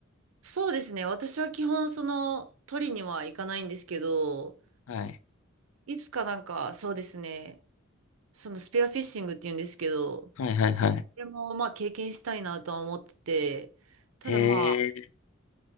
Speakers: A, on the right; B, on the left.
A: そうですね。私は基本、その、取りには行かないんですけど、
B: はい。
A: いつかなんか、そうですね。そのスペアフィッシングって言うんですけど、こ
B: はいはいはい。
A: れもまあ経験したいなとは思ってて、ただまあ、
B: えー、